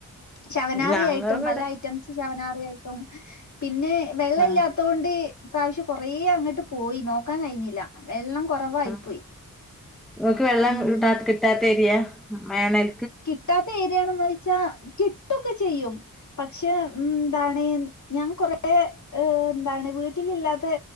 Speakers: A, on the left (about 55°); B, in the centre.
A: ശവനാറിയായിട്ടും
B: ഞങ്ങളിവിടെ
A: പല ഐറ്റംസ് ശവനാറിയായിട്ടും പിന്നെ വെള്ളയില്ലാത്
B: ആഹ്
A: ട്ട് ഈ പ്രാവശ്യം കൊറേ അങ്ങട്ട് പോയി നോക്കാൻ കഴിഞ്ഞില്ല. വെള്ളം കൊറവായി
B: ആഹ്
A: പ്പോയി
B: ഇങ്ങക്ക് വെള്ളം
A: ഉം.
B: കിട്ടാ കിട്ടാത്ത ഏര്യായാ. വേനൽ.
A: കിട്ടാത്ത ഏരിയാണോന്ന് ചോയിച്ചാ കിട്ടു ഒക്കെ ചെയ്യും. പക്ഷേ ഉം എന്താണ് ഞാൻ കൊറേ ആഹ് എന്താണ് വീട്ടിലില്ലാത്തെ